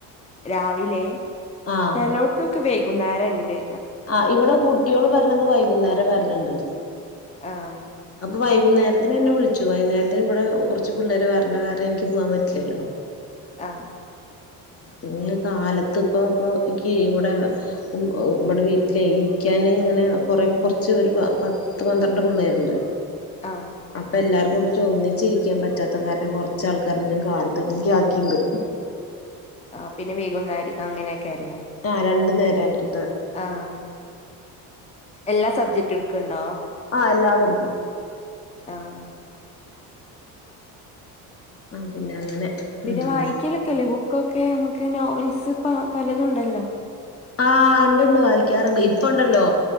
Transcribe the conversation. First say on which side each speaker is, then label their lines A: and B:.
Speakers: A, on the left; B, on the left.
A: രാവിലെ
B: ആഹ്
A: ചലോട് തൊക്കെ വൈകുന്നേരംണ്ട്.
B: ആഹ് ഇവിടെ കുട്ടിള് പറഞ്ഞത് വൈകുന്നേരം വര്ണണ്ട്
A: ആഹ്
B: വൈകുന്നേരത്തിന് എന്നെ വിളിച്ചു വൈകുന്നേരത്തിന് ഇവിടെ കൊറച്ച് പിള്ളേര് വരണ കാരണം എനിക്ക് പോവാൻ പറ്റില്ലല്ലോ?
A: ആ
B: പിന്നെ കാലത്ത് ഇപ്പോ ഇപ്പോൾക്ക് ഇവിടെ ഇവടെ വീട്ടില ഇരിക്കൻ അങ്ങനെ കുറ കുറച്ച് ഒരു പ പത്ത് പന്ത്രണ്ട് പിള്ളേരുണ്ട്.
A: ആഹ
B: അപ്പൊ എല്ലാരും കൂടിട്ട ഒന്നിച്ചിരിക്കാൻ പറ്റാത്ത കാരന കുറച്ചാൾക്കാരെ ഞാൻ കാലത്തക്കേക്ക് ആക്കിണ്ട്.
A: ആ പിന്നെ വേകുന്നാരി അങ്ങനെ യ്കാരഅല്ലേ?
B: ആ രണ്ടു നേര ആയിട്ട്.
A: ആഹ എല്ലാ സബ്ജക്ട് ഇടുക്ക്ണ്ടോ?
B: ആഹ് എല്ലാത്ടുക്കും
A: ആഹ
B: ആ പിന്നെ അങ്ങനെ
A: പിന്നെ
B: ഉം
A: വായിക്കലൊക്കെല്ലേ ബുക്കൊക്കെ നമുക്ക് നോവൽസ് പലതുണ്ടല്ലോ?
B: ആഹ് ഉണ്ടണ്ട് വായിക്കാറുണ്ട് ഇപ്പ ഉണ്ടല്ലോ